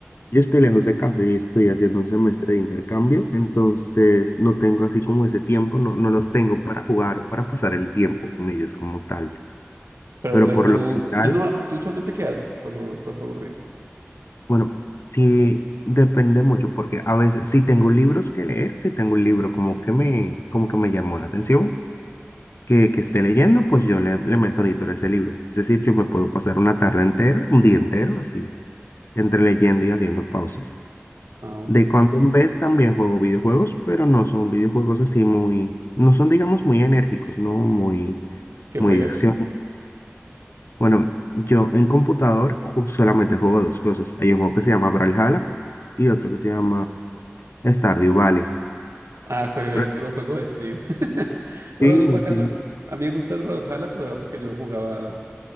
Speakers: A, on the left; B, on the right.
A: yo estoy lejos de casa y estoy haciendo un semestre de intercambio, entonces no tengo así como ese tiempo, no, no los tengo para jugar, para pasar el tiempo con ellos como tal.
B: Pero
A: pero
B: entonces
A: por
B: tú,
A: lo general,
B: tú, no, tú usualmente ¿qué haces cuando estás aburrido?
A: bueno, sí depende mucho porque a veces si tengo libros que leer, si tengo un libro como que me, como que me llamó la atención, que, que esté leyendo, pues yo le, le meto editor a ese libro. Es decir, yo me puedo pasar una tarde entera, un día entero, así, entre leyendo y haciendo pausas.
B: Ah, bueno,
A: De cuando en vez también juego videojuegos, pero no son videojuegos así muy, no son digamos muy enérgicos, no muy,
B: ¿qué
A: muy
B: juegas?
A: de acción. Bueno, yo en computador ju- solamente juego dos cosas. Hay un juego que se llama Brawlhalla y otro que se llama Stardew Valley.
B: Ah, juegas
A: Pero
B: puro juego de Steam. <laughs> Los
A: sí,
B: dos bacanos.
A: sí,
B: A mí me gusta el Brawlhalla, pero era porque yo lo jugaba,